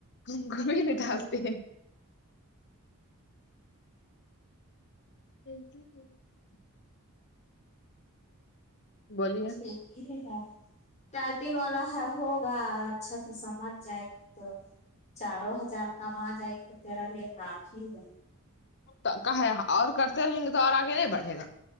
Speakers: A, on the left; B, on the left.
A: گھوم گھوم نہیں ڈالتے ہیں <unintelligible> بولیے
B: یک ہی ہیں یار ٹائپنگ والا ہے ہوگا اچھا سے سمجھ جائے گی تو چاروں ہزار کام آ جائے گی تو تیرا لیے کافی ہے
A: کہ کہا اور کرتے رہیں گے تو اور آگے نہیں بڑھے گا